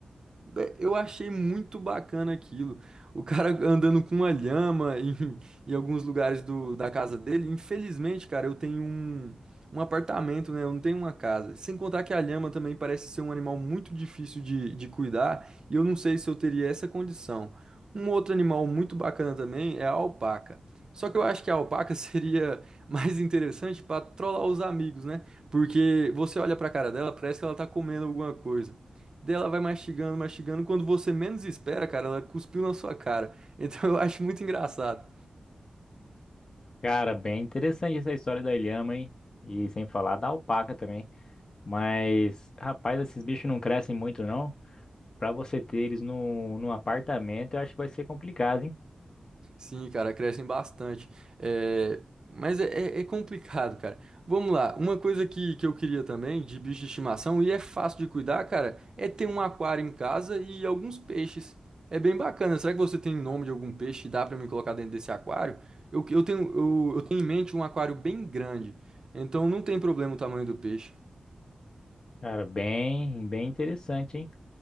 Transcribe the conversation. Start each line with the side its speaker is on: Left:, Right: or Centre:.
Right: É, Eu achei muito bacana aquilo. O cara andando com uma lhama em, em alguns lugares do, da casa dele. Infelizmente, cara, eu tenho um, um apartamento, né? Eu não tenho uma casa. Sem contar que a lhama também parece ser um animal muito difícil de, de cuidar. E eu não sei se eu teria essa condição. Um outro animal muito bacana também é a alpaca. Só que eu acho que a alpaca <laughs> seria mais interessante para trollar os amigos, né? Porque você olha pra cara dela, parece que ela tá comendo alguma coisa. Daí ela vai mastigando, mastigando. Quando você menos espera, cara, ela cuspiu na sua cara. Então <laughs> eu acho muito engraçado.
Left: <laughs> Cara, bem interessante essa história da ilhama, hein? E sem falar da alpaca também. Mas, rapaz, esses bichos não crescem muito, não. Pra você ter eles no, num apartamento, eu acho que vai ser complicado, hein?
Right: Sim, cara, crescem bastante. É, Mas é, é- é complicado, cara. Vamos lá. Uma coisa que, que eu queria também de bicho de estimação, e é fácil de cuidar, cara, é ter um aquário em casa e alguns peixes. É bem bacana. Será que você tem nome de algum peixe e dá pra me colocar dentro desse aquário? Eu, eu tenho, eu eu tenho em mente um aquário bem grande. Então não tem problema o tamanho do peixe.
Left: Cara, bem, bem interessante, hein?